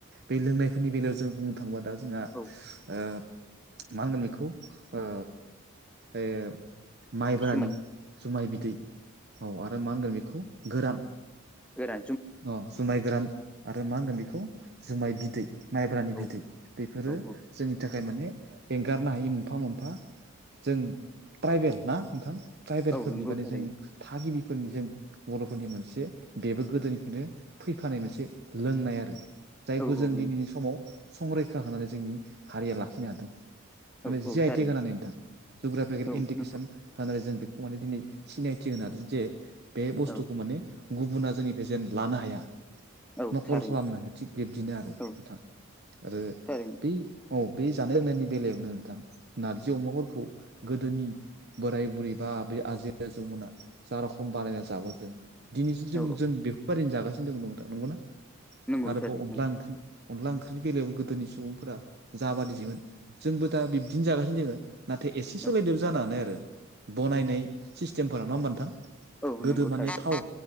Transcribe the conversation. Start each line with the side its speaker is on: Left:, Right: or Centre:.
Right: बे लोंनायफोरनि बेलायाव जों बुंनो थाङोबा दा जोंहा
Centre: औ
Right: ओ मा होनगोन बेखौ ओ ए माइबोरानि
Centre: जुमाय
Right: जुमाय बिदै औ आरो मा होनगोन बेखौ गोरान
Centre: गोरा
Right: अ जुमाय गोरान आरो मा होनगोन बेखौ जुमाय बिदै माइब्रानि
Centre: औ
Right: बिदै बेफोरो
Centre: औ
Right: जोंनि थाखाय माने एंगारनो हायि मोनफा मोनफा जों ट्राइबेल ना नोंथां ट्राइबेलफोरनि
Centre: औ नंगौ
Right: माने
Centre: थारैनो
Right: जों थागिबिफोरनि जों बर'फोरनि मोनसे बेबो गोदोनिफ्रायनो फैफानाय मोनसे लोंनाय आरो जायखौ
Centre: औ औ
Right: जों
Centre: नंगौ
Right: दिनैनि समाव संरैखा होनानै जोंनि हारिया लाखिनो हादों
Centre: औ
Right: माने
Centre: औ
Right: जि
Centre: थारैनो
Right: आइ टेक गानै नोंथां जुग्राफिकेल
Centre: औ
Right: इन्डिकेसन
Centre: नंगौ
Right: होननानै जों बेखौ माने दिनै सिनायथि होनादों जे बे बुस्थुखौ
Centre: औ
Right: माने गुबुना जोंनिफ्रायेजेनन्ट लानो हाया
Centre: औ
Right: नखल
Centre: थारैनो
Right: खालामनो हाया थिग बिब्दिनो आरो नोंथां
Centre: औ
Right: आरो
Centre: थारैनो
Right: ब औ बे जानाय लोंनायनि बेलायावनो नोंथां नारजि अमाफोरखौ गोदोनि बोराय बुरैबा बे आजै आजौमोना जा रोखम बानायायना जाबो जों दिनैसिम जों
Centre: औ
Right: जों बेफोरबायिनो जागासिनो दों नंगौना
Centre: नंगौ
Right: आरोबाव
Centre: थारैनो
Right: अनला ओंख्रि अनला ओंख्रिनि बेलायावबो गोदोनि सुबुंफोरा जाबादि जोन जोंबो दा बिब्दिनो जागासिनो दोङ नाथाय एसे सोलायदोब
Centre: औ
Right: जानानै आरो बनायनाय सिस्टेमफोरा नङा होमबा नोंथां
Centre: औ नंगौ
Right: गोदो माने
Centre: थारैनो
Right: थाव